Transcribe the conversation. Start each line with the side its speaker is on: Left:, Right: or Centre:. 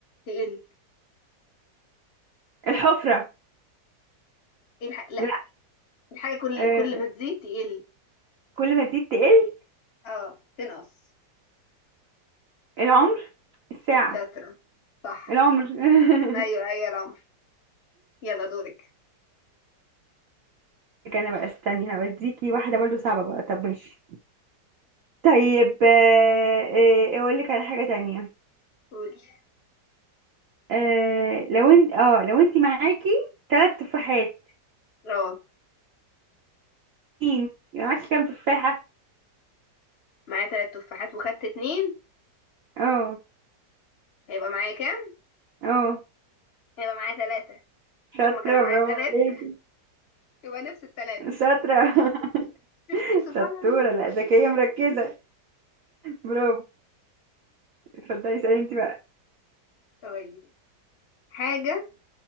Left: تقل
Right: الحفرة
Left: ايه الح... لا
Right: لا
Left: الحاجة كل
Right: آه.
Left: كل ما تزيد تقل
Right: كل ما تزيد تقل
Left: اه تنقص
Right: العمر الساعة
Left: شاطرة صح
Right: العمر <laughs>
Left: ايوه ايوه يا العمر يلا دورك
Right: انا بقى استني هوديكي واحدة برضو صعبة بقى طب ماشي طيب آه، آه، اقول لك على حاجة تانية
Left: قولي
Right: آه، لو انت اه لو انت معاكي ثلاث تفاحات
Left: اه
Right: مين يبقى معاكي كام تفاحة
Left: معايا تلات تفاحات وخدت اتنين
Right: اه
Left: هيبقى معايا كام؟
Right: اه
Left: هيبقى معايا تلاتة
Right: شاطرة
Left: مش هما كانوا معايا
Right: برافو
Left: تلاتة
Right: عليكي
Left: <laughs> يبقى نفس التلاتة
Right: شاطرة
Left: شفتي
Right: <laughs>
Left: سبحان
Right: شطورة
Left: الله
Right: لا ذكية مركزة برافو اتفضلي اسألي انت بقى
Left: طيب حاجة